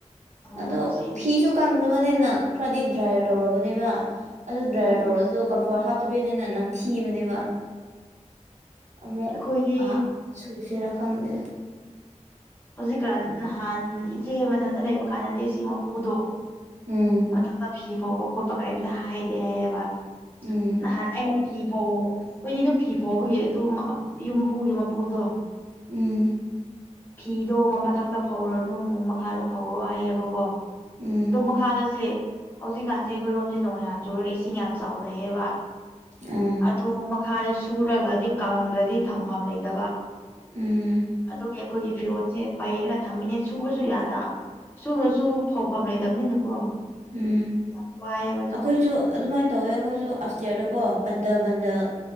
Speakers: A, on the left; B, on the right.
A: ꯑꯣ
B: ꯑꯗꯣ
A: ꯉꯁꯤꯗꯤ
B: ꯐꯤꯁꯨ ꯀꯪꯗꯕꯅꯤꯅ ꯈ꯭ꯔꯥꯗꯤ ꯗ꯭ꯔꯥꯏꯔ ꯇꯧꯔꯕꯅꯦꯕ ꯑꯗꯨ ꯗ꯭ꯔꯥꯏꯌꯔ
A: ꯑꯣ
B: ꯇꯧꯔꯁꯨ ꯀꯝꯐꯣꯔꯠ ꯍꯥꯞꯇꯕꯦꯅꯦꯅ ꯅꯝꯊꯤꯕꯅꯦꯕ ꯑꯃꯨꯛ
A: ꯑꯩꯈꯣꯏꯗꯤ
B: ꯑꯥ ꯁꯨꯁꯤꯔꯥ ꯈꯪꯗꯦ
A: ꯍꯧꯖꯤꯛꯀꯥꯟ ꯅꯍꯥꯟ ꯏꯆꯦ ꯃꯊꯟꯗ ꯂꯩꯕ ꯀꯥꯟꯗꯗꯤ ꯁꯤ ꯃꯄꯨꯗꯣ
B: ꯎꯝ
A: ꯃꯊꯛꯇꯥ ꯐꯤ ꯐꯥꯎꯕ ꯈꯣꯠꯄ ꯀꯔꯤꯝꯇꯥ ꯍꯥꯏꯗꯦ ꯍꯥꯏꯌꯦꯕ
B: ꯎꯝ
A: ꯅꯍꯥꯟ ꯑꯩꯅ ꯐꯤ ꯐꯧ ꯈꯣꯏꯗꯤ ꯑꯗꯨꯝ ꯐꯤ ꯐꯥꯎꯕꯒꯤ ꯑꯗꯨ ꯌꯨꯝꯕꯨꯒꯤ ꯃꯄꯨꯗꯣ
B: ꯎꯝ
A: ꯐꯤꯗꯣ ꯃꯥ ꯃꯊꯛꯇꯥ ꯐꯧꯔꯅꯨ ꯃꯈꯥꯗ ꯐꯧꯔꯣ ꯍꯥꯏꯌꯦꯕꯀꯣ
B: ꯎꯝ
A: ꯗꯣ ꯃꯈꯥꯗꯥꯁꯦ ꯍꯧꯖꯤꯛꯀꯥꯟꯖꯦ ꯑꯩꯈꯣꯏꯔꯣꯝꯖꯦ ꯅꯣꯡ ꯌꯥꯝ ꯆꯨꯔꯦ ꯏꯁꯤꯡ ꯌꯥꯝ ꯆꯥꯎꯅꯩꯌꯦꯕ
B: ꯎꯝ
A: ꯑꯗꯣ ꯃꯛ ꯈꯥꯗ ꯁꯨꯔꯒꯥꯗꯤ ꯀꯪꯗ꯭ꯔꯥꯗꯤ ꯊꯝꯐꯝ ꯂꯩꯇꯕ
B: ꯎꯝ
A: ꯑꯗꯨꯒꯤ ꯑꯩꯈꯣꯏꯒꯤ ꯐꯤꯔꯣꯜꯁꯦ ꯄꯩꯔꯒ ꯊꯝꯃꯤꯅꯦ ꯁꯨꯕꯁꯨ ꯌꯥꯗ ꯁꯨꯔꯁꯨ ꯐꯧꯐꯝ ꯂꯩꯇꯕꯅꯤꯅꯀꯣ
B: ꯎꯝ
A: ꯌꯥꯝ ꯋꯥꯏꯑꯦꯕ ꯑꯗꯨꯒꯤ
B: ꯑꯈꯣꯏꯖꯨ ꯑꯗꯨꯃꯥꯏꯟ ꯇꯧꯋꯦ ꯑꯩꯈꯣꯏꯁꯨ ꯑꯞ ꯏꯇꯤꯌꯥꯔꯗꯀꯣ ꯕꯟꯗꯜ ꯕꯟꯗꯜ